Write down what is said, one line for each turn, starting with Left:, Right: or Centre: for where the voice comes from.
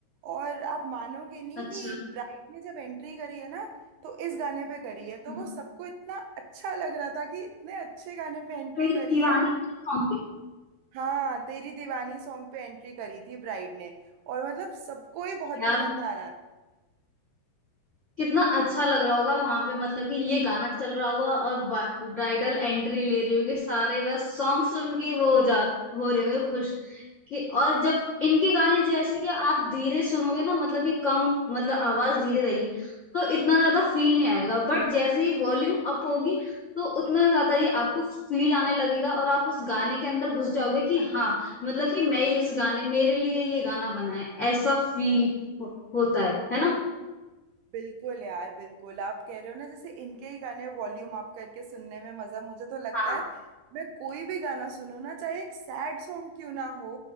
Right: और आप मानोगे नहीं
Left: अच्छा
Right: कि ब्राइड ने जब एंट्री करी है ना तो इस गाने पे करी है तो
Left: हाँ।
Right: वो सबको इतना अच्छा लग रहा था कि इतने अच्छे गाने पे एंट्री
Left: तेरी
Right: करी
Left: दीवानी
Right: है
Left: वाले सॉन्ग पे
Right: हाँ तेरी दीवानी सॉन्ग पे एंट्री करी थी ब्राइड ने और मतलब सबको ही बहुत
Left: यार
Right: पसंद आ रहा
Left: कितना अच्छा लग रहा होगा वहां पे मतलब कि ये गाना चल रहा होगा और ब्राइडल एंट्री ले रही होगी सारे बस सॉन्ग सुन के वो हो जा हो रहे होंगे खुश कि और जब इनके गाने जैसे कि आप धीरे सुनोगे ना मतलब कि कम मतलब आवाज धीरे रहेगी तो इतना ज्यादा फील नहीं आएगा बट जैसे ही वॉल्यूम अप होगी तो उतना ज्यादा ही आपको फील आने लगेगा और आप उस गाने के अंदर घुस जाओगे कि हाँ मतलब कि मैं ही इस गाने मेरे लिए ये गाना बना है ऐसा फील हो, होता है है ना
Right: बिल्कुल यार बिल्कुल आप कह रहे हो ना जैसे इनके ही गाने वॉल्यूम अप करके सुनने में मजा मुझे तो लगता
Left: हाँ
Right: है मैं कोई भी गाना सुनूं ना चाहे एक सैड सॉन्ग क्यों ना हो